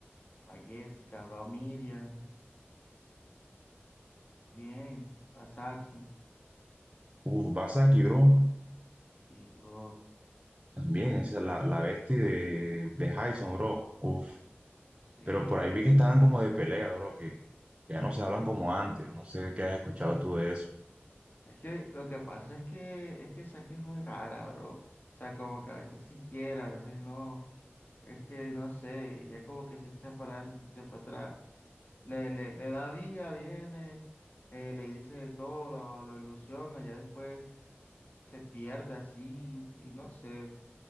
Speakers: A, on the left (about 45°); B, on the right (about 25°).
A: va Jessica, va Miriam, bien, va Saki.
B: Uf, Basaki, bro,
A: Y, bro,
B: también, esa es la, la bestia de, de Jason, bro. Uf,
A: sí.
B: pero por ahí vi que estaban como de pelea, bro, que ya no se hablan como antes, no sé qué has escuchado tú de eso.
A: Es que lo que pasa es que, es que Saki es muy rara, bro. O sea, como que a veces sí quiere, a veces no. Es que no sé, ya como que se echa para adelante, se echa para atrás. Le, le, le da vía viene, eh, le dice de todo, lo, lo ilusiona, ya después se pierde así y no sé.